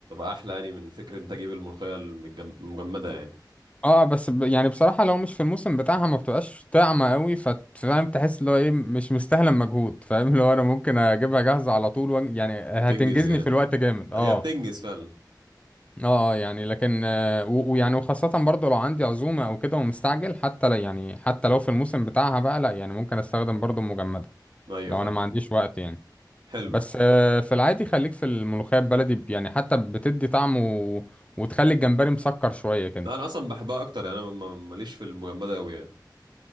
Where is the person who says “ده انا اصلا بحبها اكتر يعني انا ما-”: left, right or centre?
Right